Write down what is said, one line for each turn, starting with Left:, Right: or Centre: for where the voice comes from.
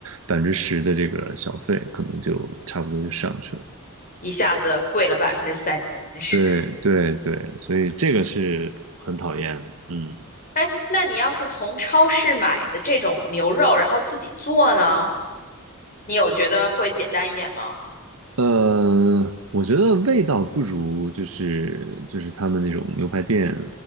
Right: 百分之十的这个小费，可能就差不多就上去了。
Left: 一下子贵了百分之三十。
Right: 对对对，所以这个是很讨厌的，嗯。
Left: 哎，那你要是从超市买的这种牛肉，然后自己做呢，你有觉得会简单一点吗？
Right: 呃，我觉得味道不如就是就是他们那种牛排店